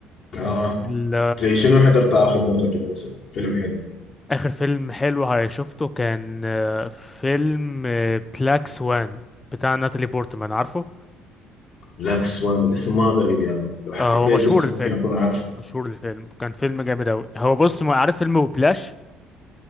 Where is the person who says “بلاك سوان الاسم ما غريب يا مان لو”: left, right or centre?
Left